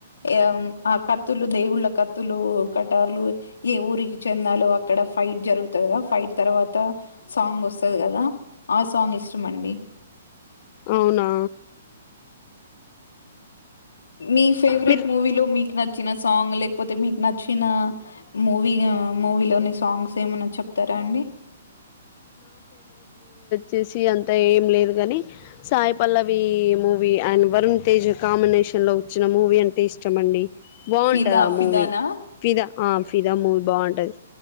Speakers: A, on the left; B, on the left.
A: ఎ ఆ కత్తులు దేవుళ్ళ కత్తులు కటార్లు ఏ ఊరికి చెందాలో అక్కడ ఫైట్ జరుగుతది ఫైట్ తర్వాత సాంగ్ వస్తది కదా ఆ సాంగ్ ఇష్టం అండి
B: అవునా
A: మీ ఫేవరెట్
B: మీరు
A: మూవీలో మీకు నచ్చిన సాంగ్ లేకపోతే అయితే మీకు నచ్చిన మూవీ మూవీలోని సాంగ్స్ ఏమన్నా చెప్తారా అండి
B: <inaudible> చేసి అంత ఏం లేదు కానీ సాయి పల్లవి మూవీ ఆయన వరుణ్ తేజ్ కాంబినేషన్ లో వచ్చినం. మూవీ అంటే ఇష్టమండి, బాగుంటది
A: ఫిదా
B: ఆ
A: ఫిదానా
B: మూవీ, ఫిదా ఆ ఫిదా మూవీ బాగుంటది,